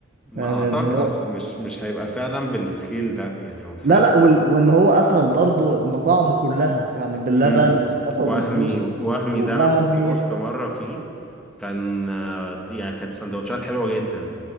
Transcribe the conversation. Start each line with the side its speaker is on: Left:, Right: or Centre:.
Centre: ما
Right: يعني
Centre: اعتقد
Right: ان هو
Centre: اصل مش مش هيبقى فعلا بالسكيل ده يعني هو فعلا
Right: لا لا وال... وان هو قفل برضه مطاعمه كلها يعني باللبن
Centre: امم
Right: وكنافه
Centre: وهمي
Right: وبسبوسه
Centre: وهمي
Right: ووهمي
Centre: ده انا كنت روحت مرة فيه كان آه، يعني كانت سندوتشات حلوة جدا